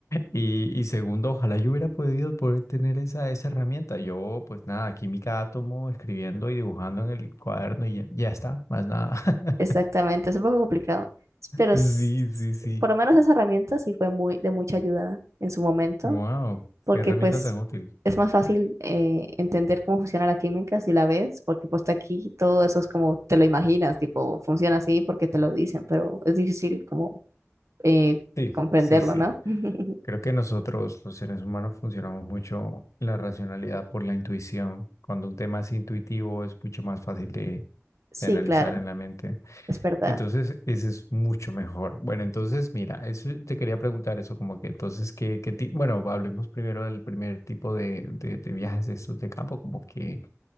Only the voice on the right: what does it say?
Exactamente, es un poco complicado, pero s-
s-
por lo menos esa herramienta sí fue muy de mucha ayuda en su momento,
porque
pues
es más fácil eh, entender cómo funciona la química si la ves, porque pues aquí todo eso es como te lo imaginas, tipo funciona así porque te lo dicen, pero es difícil como eh,
comprenderlo,
¿no? <laughs>
Sí,
claro,
es verdad.